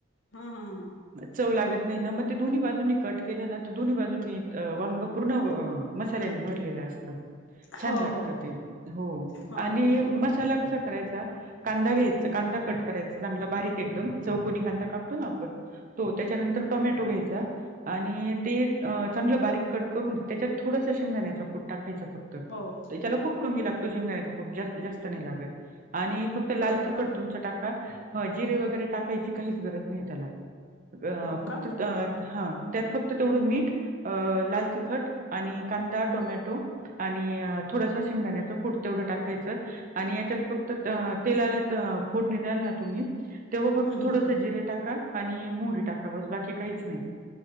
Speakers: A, on the left (about 65°); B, on the right (about 40°).
A: हम्म- हम्म हम्
B: चव लागत नाही ना मग ते दोन्ही बाजूंनी कट केलं ना तर दोन्ही बाजूंनी वांग पूर्ण - मसाल्याने भरलेलं असतं. छान
A: हो
B: लागत
A: हो
B: ते हो
A: हो
B: आणि
A: हो
B: मसाला कसा करायचा. कांदा घ्यायचा, कांदा कट करायच चांगला बारीक एकदम, चौकणी कांदा कापतो ना आपण तो त्याच्यानंतर टोमॅटो घ्यायचा आणि ते चांगलं बारीक कट करून त्याच्यात थोडसं शेंगदाण्याच कुट टाकायचं फक्त
A: हो हो
B: त्याला खूप कमी लागतो शेंगदाण्याचा कूट जास्त जास्त नाही लागत आणि फक्त तर लाल
A: हो
B: तिखट
A: का
B: तुमच टाका, ह जिरे वगैरे टाकायची काहीच गरज नाही त्याला अ
A: हो
B: फक्त
A: का
B: हा <inaudible> त्यात फक्त तेवढं मीठ, लाल तिखट आणि कांदा, टोमॅटो आणि थोडसा शिंगाण्याचं कूट तेवढं टाकायचं आणि याच्यात फक्त तेलाला फोडणी द्याल ना तुम्ही तेव्हा
A: हम्म
B: फक्त
A: हम्म
B: थोडस जिरे टाका आणि मोहरी टाका बस बाकी काहीच नाही